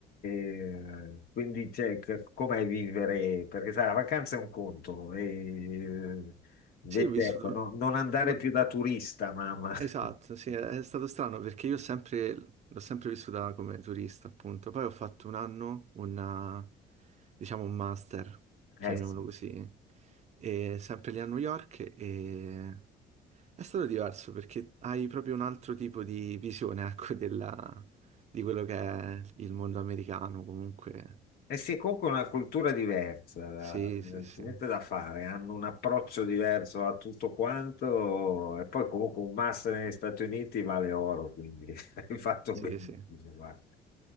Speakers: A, on the left (about 65°); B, on the right (about 40°).
A: e, quindi, cioè, c- com'è vivere? Perché sai, la vacanza è un conto, e, invece,
B: Sì, ho vissuto
A: ecco, no- non andare
B: un...
A: più da turista, mamma.
B: Esatto, sì,
A: <laughs>
B: è stato strano perché io ho sempre... l'ho sempre vissuta come turista, appunto. Poi ho fatto un anno, una... diciamo un master,
A: Eh
B: chiamiamolo
A: sì,
B: così, e sempre lì a New York e... È stato diverso perché hai proprio un altro tipo di visione, ecco, della- di quello che è il mondo americano, comunque.
A: eh sì, comunque è una cultura diversa,
B: Sì,
A: eh,
B: sì, sì,
A: niente da fare, hanno un approccio diverso a tutto quanto e poi comunque un master negli Stati Uniti vale oro, quindi <laughs> hai fatto
B: sì,
A: benissimo,
B: sì.
A: guarda.